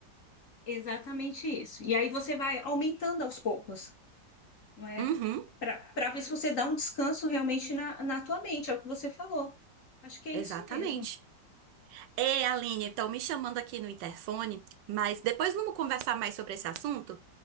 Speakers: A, on the left (about 50°); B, on the right (about 80°).
A: Exatamente isso. E aí você vai aumentando aos poucos, não é?
B: Uhum,
A: Para para ver se você dá um descanso realmente na, na tua mente, é o que você falou. Acho que é
B: exatamente.
A: isso mesmo.
B: É, Aline, estão me chamando aqui no interfone, mas depois vamos conversar mais sobre esse assunto?